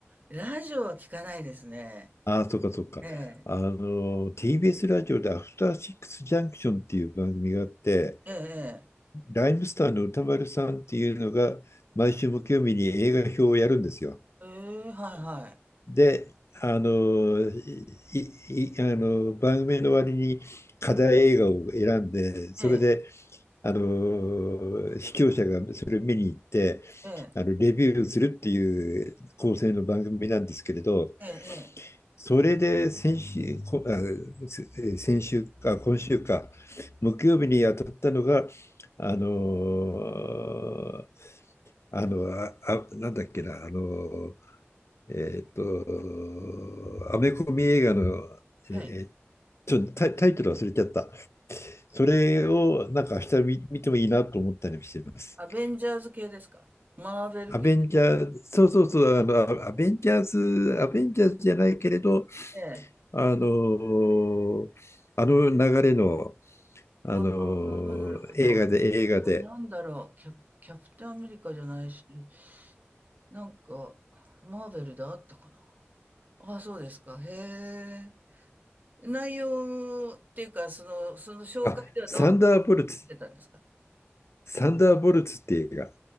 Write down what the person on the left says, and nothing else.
ああ、そっかそっか。
あの、TBS ラジオでアフターシックスジャンクションっていう番組があって、
ライムスターの歌丸さんっていうのが、毎週木曜日に映画表をやるんですよ。
で、あの、いいあの番組の割に課題映画を選んで、それで、
あの、視聴者がそれを見に行って、
あの、レビューするっていう構成の番組なんですけれど、
それで先週、こあせえー先週か、今週か、木曜日に当たったのが、あのーあの、あ、あなんだっけな、あのーえーっと、アメコミ映画の、
えーちょっとタイ、タイトル忘れちゃった。それをなんか明日見、見てもいいなと思ったりしています。
アベンジャーズ、そうそうそう、あの、アアベンジャーズ、アベンジャーズじゃないけれど、
あの、あの流れの、あの、
映画で、映画で、
あ、サンダーボルツ、
サンダーボルツって映画。